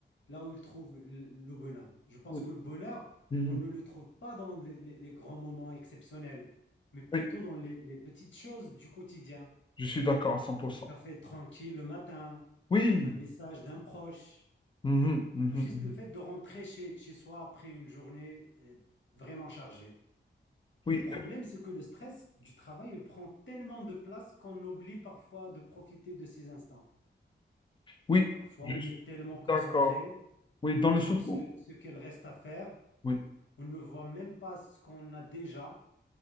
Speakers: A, on the left (about 70°); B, on the left (about 25°).
A: là où il trouve le, le bonheur. Je pense
B: Oui,
A: que le bonheur,
B: mhm,
A: on ne le trouve pas dans les, les- les grands moments exceptionnels, mais plutôt
B: oui,
A: dans les, les petites choses du quotidien.
B: je suis d'accord à cent pour cent.
A: Un café tranquille le matin,
B: Oui,
A: un message d'un proche,
B: mhm, mhm,
A: ou juste
B: mhm.
A: le fait de rentrer chez, chez soi après une journée euh, vraiment chargée.
B: oui,
A: Le problème, c'est que le stress du travail, il prend tellement de place qu'on oublie parfois de profiter de ces instants.
B: oui,
A: Parfois,
B: je
A: on
B: suis
A: est tellement concentré
B: d'accord. Oui, dans le
A: sur
B: sens
A: ce,
B: où...
A: ce qu'il reste à faire,
B: Oui,
A: on ne voit même pas ce qu'on a déjà.